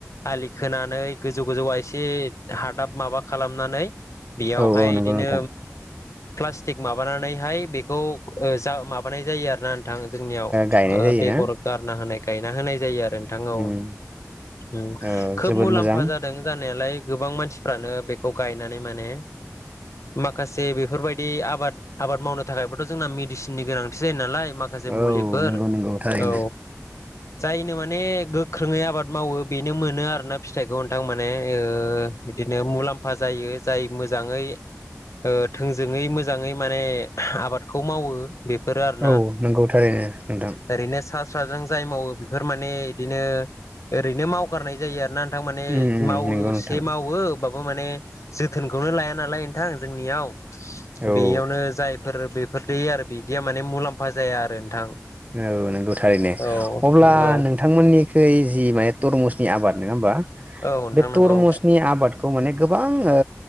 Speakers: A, on the left; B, on the right.
A: आलि खोनानै गोजौ गोजौ एसे हादाब माबा खालामनानै बेयावहाय
B: औ औ नंगौ
A: बिदिनो
B: नोंथां
A: प्लास्टिक माबानानैहाय बेखौ ओ‌ जा माबानाय जायो आरोना नोंथां जोंनियाव ओ
B: गायनाय जायोना
A: बेगर गारना होनाय गायना होनाय जायो आरो नोंथां औ
B: उम
A: ओम‌
B: ओ
A: खोब
B: जोबोद
A: मुलाम्फा
B: मोजां
A: जादों जा नायालाय गोबां मानसिफ्रानो बेखौ गायनानै माने माखासे बेफोरबायदि आबाद आबाद मावनो थाखायबोथ' जोंना मेडिसिननि गोनांथि जायो नालाय माखासे
B: औ
A: मुलिफोर
B: नंगौ नंगौ थारैनो
A: औ जायनो माने गोख्रोङै आबाद मावो बेनो मोनो आरोना फिथाइखौ नोंथां माने ओ बिदिनो मुलाम्फा जायो जाय मो मोजाङै ओ थोंजोङै मोजाङै माने आबादखौ मावो बेफोरो आरोना
B: औ नंगौ थारैनो नोंथां
A: ओरैनो सा साज्रां जाय मावो बेफोर माने बिदिनो ओरैनो मावगारनाय जायो आरोना थारमाने
B: उम उम
A: मावो
B: नंगौ नोंथां
A: से मावो बा माने जोथोनखौनो लाया नालाय नोंथां जोंनियाव
B: औ
A: बेयावनो जाय फोर बेफोर दै आरो बिदिया माने मुलाम्फा जाया आरो नोंथां
B: औ नंगौ थारैनो
A: औ
B: अब्ला
A: नंगौ
B: नोंथांमोननिखै जि माने तरमुजनि आबाद नङा होमबा
A: औ नोंथां
B: बे
A: नंगौ
B: तरमुसनि आबादखौ माने गोबां ओ